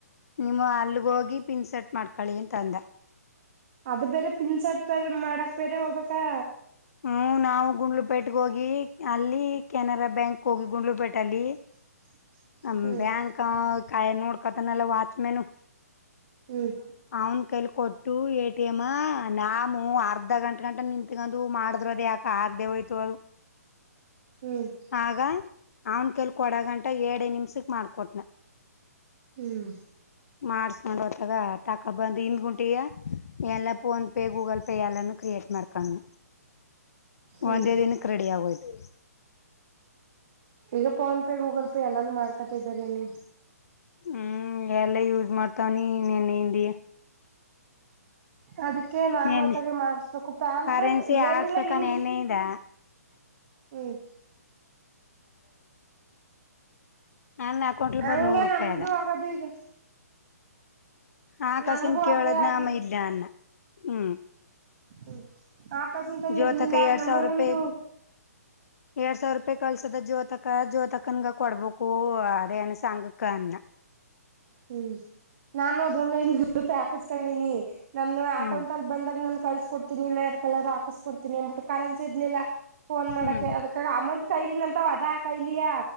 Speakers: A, on the left; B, on the right.
A: ನಿಮ್ಮ ಅಲ್ಲಿಗೆೋಗಿ ಪಿನ್ಸೆಟ್ ಮಾಡ್ಕೊಳ್ಳಳಿ ಅಂತಂದ.
B: ಅದು ಬೇರೆ ಪಿಂನ್ ಸೆಟ್ ಬೇರೆ ಮಾಡಕ್ ಬೇರೆ ಹೋಗಬೇಕಾ.
A: ಹ್ಮ ನಾವು ಗುಂಡ್ಲುಪೇಟೆಗ ಹೋಗಿ ಅಲ್ಲಿ ಕೆನರಾ ಬ್ಯಾಂಕ್ ಹೋಗಿ ಗುಂಡ್ಲುಪೇಟೆಲ್ಲಿ.
B: <inaudible>
A: ಹ
B: ಹ್ಮ್
A: ಬ್ಯಾಂಕ್ಕಾಯ ನೋಡ್ಕತನಲ್ಲ ವಾಚ್ಮೆನು.
B: ಹ್ಮ್
A: ಅವ್ನ್ ಕೈಲಿ ಕೊಟ್ಟು ಎ ಟಿ ಎಮ್ ನಾ ನಮು ಅರ್ಧ ಗಂಟ ಗಂಟ ನಿಂತಗಡ್ಡು. ಅದು ಮಾಡ್ರ್ ಅದು ಯಾಕೆ ಆಗದೆ ಹೋಯ್ತು ಅದು.
B: ಹ್ಮ್
A: ಆಗ ಅವನ್ ಕೈಯಲ್ಲಿ ಕೊಡಗಂಟ ಏಡೇ ನಿಮಿಷ ಮಾಡ್ಕೊಟ್ನ.
B: ಹ್ಮ್
A: ಮಾಡಸ್ಕೊಂಡ್ ಆತಕ ತಕೊಬಂದಿ ಹಿಂದ್ಗುಂಟಿನೆ. ಎಲ್ಲ ಫೋನ್ ಪೇ ಗೂಗಲ್ ಪೇ ಎಲ್ಲಾನೂ ಕ್ರಿಯೇಟ್ ಮಾಡ್ಕೊಂಡು
B: ಹ್ಮ್
A: ಒಂದೇ ದಿನ. ರೆಡಿ ಆಗೋಯ್ತು.
B: ಈಗ ಫೋನ್ ಪೇ ಗೂಗಲ್ ಪೇ ಎಲ್ಲಾನು ಮಾಡ್ಕೊತಿದಾರಿ ಅನ್ನಿ.
A: ಹ್ಮ್ ಎಲ್ಲ ಯೂಸ್ ಮಾಡ್ತವನಿ ನೆನ್ನ ಹಿಂದಿನೆ.
B: ಅದಕ್ಕೆ ನಾನ
A: ನೆನ್ನೆ
B: ಆತ್ತಗ ಮಾಡಸ್ಬೇಕು <unintelligible>
A: ಕರೆನ್ಸಿ ಹಾಕ್ಸಕ
B: ಏನಿಲ್ಲ ಯೂಸ್
A: <unintelligible>
B: ಹ್ಮ್
A: ನನ್ ಅಕೌಂಟ್ಲ್
B: ಹಂಗೆ
A: ಬರೀ ನೂರು ರೂಪಾಯಿ
B: ನಮ್ದು
A: ಅದ.
B: ಆಗದು ಈಗ
A: ಆ ಕಸನ್ನ
B: ನಮ್ಗೂ
A: ಕೇಳೋದ್
B: ಅದೇ ಆಗಿದ್ದು
A: ನಾಮ ಇಲ್ಲ ಅಂದ ಹ್ಮ್
B: ಹ್ಮ ಆಕಾಶತಮ್ಮು
A: ಜ್ಯೋತಕ
B: ಇರ್ಲಿಲ್ಲ
A: ಎರಡ್
B: ನಮ್ಮ
A: ಸಾವಿರ
B: ಅವ್ವಅಂದು..
A: ರೂಪಾಯಿ ಎರಡ್ ಸಾವಿರ ರೂಪಾಯಿ ಕಳ್ಸದ ಜ್ಯೋತಕ ಜ್ಯೋತಕನ್ಗ ಕೊಡ್ಬೇಕು ಅದೇ ಏನ್ ಸಾಂಘಕ್ಕ ಅಂತ.
B: ಹ್ಮ್, ನಾನು ಅದ್ರಲ್ಲಿ <unintelligible> ಇ ರೂಪಿ ಹಾಕಸ್ಕೊಂಡೀನಿ ನನ್ನ ಅಕೌಂಟ್
A: ಹ್ಮ್
B: ಅಲ್ಲಿ ಬಂದಾಗ ನನ್ ಕಸ ಕೊಡ್ತೀನಿ ಇಲ್ಲ ಎರ್ ಕಲರ ಹಾಕಸ್ ಕೊಡ್ತೀನಿ ಅಟ್ಟ ಕರೆನ್ಸಿ ಇರ್ಲಿಲ್ಲ. ಫೋನ್ ಮಾಡಕ್ಕೆ
A: ಹ್ಮ್
B: ಅದಕ್ಕ ಅಮೌಂಟ್ ಕೈಲಿನಲ್ಂತಾವ ಅದಾ ಕೈಲಿಯಾ.